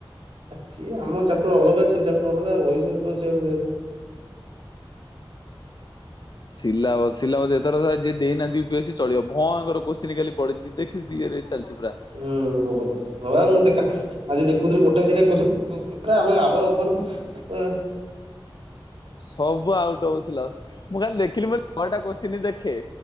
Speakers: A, on the right; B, on the left.
A: ସିଏ ଆମ ଚାପଟର ଅଲଗା ସେ ଚାପଟର ଅଲଗାଉ ରହିଛି ବୋଲି କଣ ସିଆକୁ <inaudible>
B: ସିଲାବସ ସିଲାବସ ଏଥର ସ ଯିଏ ଦେଇନାହାନ୍ତି ୟୁପିଏସି ଚଳିବ। ହଁ ଆଙ୍କର କ୍ଵସଚିନ କାଲି ପଡ଼ିଚି ଦେଖିଚି ଟିକେରେ ଚାଲିଚି ପୁରା।
A: ହୁଁ ବହୁତ ହଁ ମୁଁ ଦେଖା ଆଜି ଦେଖୁଥିଲି ଗୋଟା ଦିଟା କ୍ଵାସଚୀନ <unintelligible> ପକା ଆମେ ଆମ ଉପରୁ ଉ
B: ସବୁ ଆଉଟ ଅଫ୍ ସିଲାବସ ମୁଁ ଖାଲି ଦେଖିଲି ମୁଁ <unintelligible> ଛଅଟା କ୍ଵସଚିନ ଦେଖେ